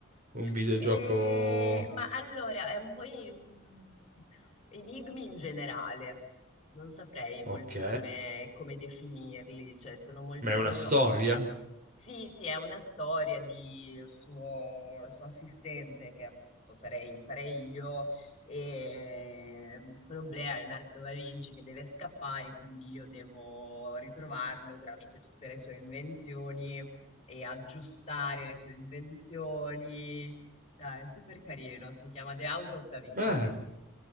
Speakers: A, on the left (about 30°); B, on the right (about 40°).
A: <laughs>
B: Un videogioco...
A: E- Ma allora, è un po' in- enigmi in generale. Non saprei molto
B: Ok.
A: come, come definirli, cioè sono molto...
B: Ma è una storia?
A: lo- Sì, sì, è una storia di suo, il suo assistente, che appunto sarei, sarei io, e un problema, Leonardo da Vinci, che deve scappare, quindi io devo ritrovarlo tramite tutte le sue invenzioni e aggiustare le sue invenzioni. Dai, è super carino, si chiama The House of Da Vinci.
B: Ah,